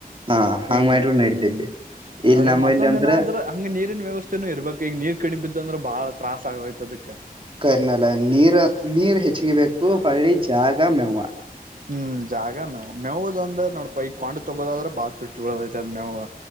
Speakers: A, on the right; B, on the right.
A: ಹಾ ಹಂಗ್
B: ಹಂಗ
A: ಮಾಡಿರು ನಡಿತೈತಿ
B: ಹ್ಮ್
A: ಇಲ್
B: ಅಂದ್ರ
A: ನಮ್ಮಲ್ಲಿ
B: ಮತ್ತೊಂದ್
A: ಅಂದ್ರ
B: ಏನಾದ್ರ ಹಂಗ ನೀರಿನ್ ವ್ಯವಸ್ಥೆನೂ ಇರ್ಬೇಕ್ ಈಗ ನೀರ್ ಕಣಿಬಿದ್ದಂದ್ರೆ ಬಾಳ ತ್ರಾಸ್ ಆಗೋಯ್ತದಕ್ಕೆ
A: ಕರಿನಲ್ಲ ನೀರ ನೀರ್ ಹೆಚ್ಚಗಿಬೇಕು ಹಳ್ಳಿ ಜಾಗ ಮೆವ್ವ
B: ಹ್ಮ್ ಜಾಗ ಮೇವು ಮೇವು ಅಂದ್ರ ನೋಡಪ ಈ <unintelligible> ತಗೋದಾದ್ರೆ ಬಾತ್ ತುಟ್ಟಿ ಉಳದೈಐತೆ ಅ್ ಮೇವುವ